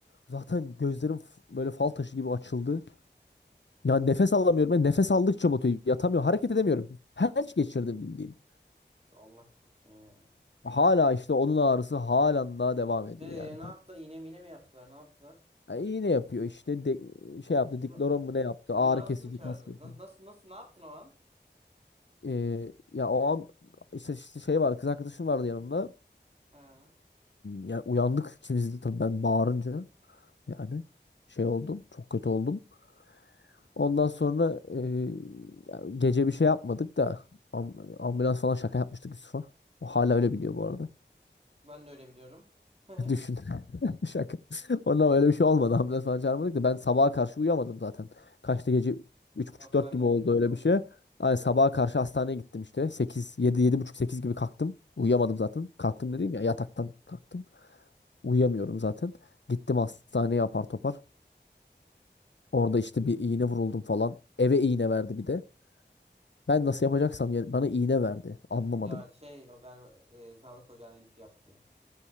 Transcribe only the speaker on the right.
Allah korusun ya.
Ee,
ne
yaptı? İğne mine mi yaptılar? Ne yaptılar?
Na-
Ambulansı
mı çağırdınız?
Nasıl nasıl nasıl ne yaptın o an?
Ha.
Ben de öyle biliyorum. <laughs>
Hastaneye
mi gittin
ha?
Hı hı.
Ya şey o galiba e, sağlık ocağına git yaptı.